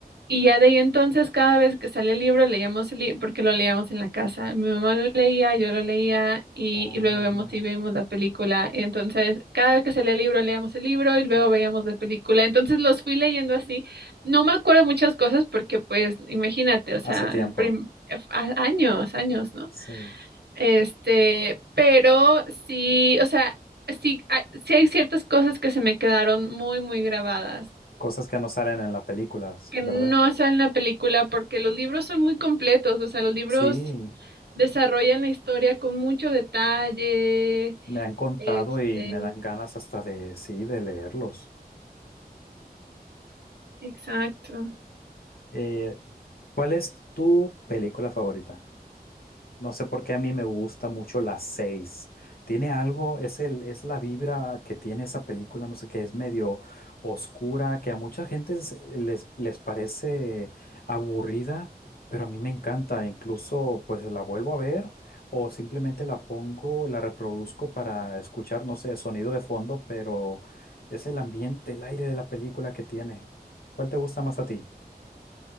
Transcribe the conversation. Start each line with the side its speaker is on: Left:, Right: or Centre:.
Right: Y ya de ahí entonces, cada vez que sale el libro, leíamos el libro, porque lo leíamos en la casa. Mi mamá lo leía, yo lo leía, y,
Left: Oh,
Right: y luego
Left: mira.
Right: vemos y vimos la película. Y Entonces, cada vez que salía el libro, leíamos el libro y luego veíamos la película. Entonces, los fui leyendo así. No me acuerdo muchas cosas porque, pues, imagínate, o sea,
Left: Hace tiempo,
Right: el prim- eh, a- años, años, ¿no?
Left: sí.
Right: Este, pero sí, o sea, sí, hay- sí hay ciertas cosas que se me quedaron muy, muy grabadas
Left: Cosas que no salen en las películas,
Right: que
Left: ¿verdad?
Right: no sale en la película porque los libros son muy completos, o sea, los libros
Left: Sí,
Right: desarrollan la historia con mucho detalle.
Left: me han contado
Right: Este,
Left: y me dan ganas hasta de, sí, de leerlos.
Right: exacto.
Left: Eh, ¿cuál es tu película favorita? No sé por qué a mí me gusta mucho las seis. Tiene algo, es el, es la vibra que tiene esa película, no sé qué, es medio oscura, que a mucha gente es- les, les parece aburrida, pero a mí me encanta. Incluso pues la vuelvo a ver o simplemente la pongo, la reproduzco para escuchar, no sé, sonido de fondo, pero es el ambiente, el aire de la película que tiene. ¿Cuál te gusta más a ti?